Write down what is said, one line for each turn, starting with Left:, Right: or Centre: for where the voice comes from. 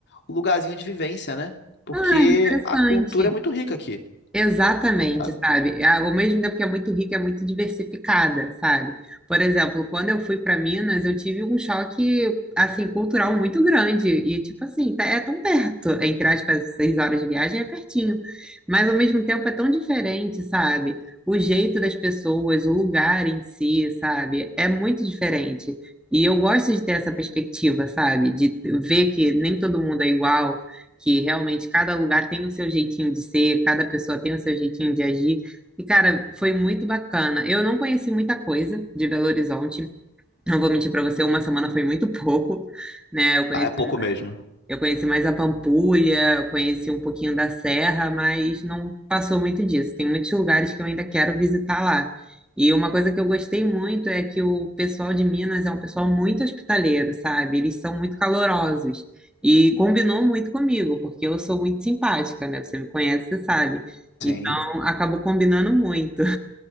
Left: lugarzinho de vivência, né? Porque
Centre: Ah, interessante.
Left: a cultura é muito rica aqui.
Centre: Exatamente,
Left: Ah,
Centre: sabe? A- Ao mesmo tempo que é muito rica, é muito diversificada, sabe? Por exemplo, quando eu fui para Minas, eu tive um choque, assim, cultural muito grande. E, tipo assim, tá- é tão perto, entre aspas, seis horas de viagem é pertinho. Mas, ao mesmo tempo, é tão diferente, sabe? O jeito das pessoas, o lugar em si, sabe? É muito diferente. E eu gosto de ter essa perspectiva, sabe? De ver que nem todo mundo é igual que realmente cada lugar tem o seu jeitinho de ser, cada pessoa tem o seu jeitinho de agir. E, cara, foi muito bacana. Eu não conheci muita coisa de Belo Horizonte. Não vou mentir para você, uma semana foi muito <laughs> pouco, né? Eu conheci
Left: ah, é pouco mesmo.
Centre: eu conheci mais a Pampulha, eu conheci um pouquinho da Serra, mas não passou muito disso. Tem muitos lugares que eu ainda quero visitar lá. E uma coisa que eu gostei muito é que o pessoal de Minas é um pessoal muito hospitaleiro, sabe? Eles são muito calorosos. E combinou muito comigo, porque eu sou muito simpática, né? Você me conhece, você sabe.
Left: Sim.
Centre: Então, acabou combinando muito.